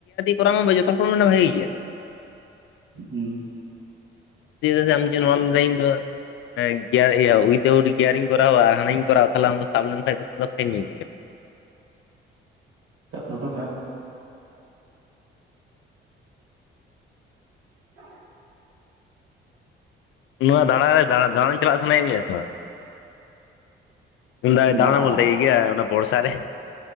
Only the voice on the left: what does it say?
ᱠᱚᱨᱟᱣ ᱢᱮ ᱡᱚᱛᱚ ᱦᱚᱲ ᱠᱚ ᱢᱮᱱᱟ ᱵᱷᱟᱹᱜᱮ ᱜᱮᱭᱟ᱾
<unintelligible> ᱦᱮᱸ ᱜᱮᱭᱟᱨ ᱤᱭᱟᱹ ᱩᱭᱤᱛᱟᱣᱩᱴ ᱜᱮᱤᱭᱟᱨ ᱤᱧ ᱠᱚᱨᱟᱣᱟ ᱟᱨ ᱦᱟᱱᱟ ᱤᱧ ᱠᱚᱨᱟᱣᱟ ᱛᱟᱦᱞᱮ ᱟᱢ ᱫᱚ ᱥᱟᱵ ᱞᱮᱱᱠᱷᱟᱱ ᱫᱚᱠᱚ ᱯᱷᱟᱭᱤᱱ ᱢᱮ ᱜᱮᱭᱟ᱾
ᱱᱚᱣᱟ ᱫᱟᱬᱟ ᱫᱟᱬᱟᱱ ᱪᱟᱞᱟᱜ ᱥᱟᱱᱟᱭᱮᱫ ᱢᱮᱭᱟ ᱥᱮ ᱵᱟᱝ? <unintelligible> ᱫᱟᱬᱟᱱ
ᱵᱚᱞᱛᱮ ᱤᱭᱟᱹ ᱚᱱᱟ ᱵᱚᱨᱥᱟ ᱨᱮ᱾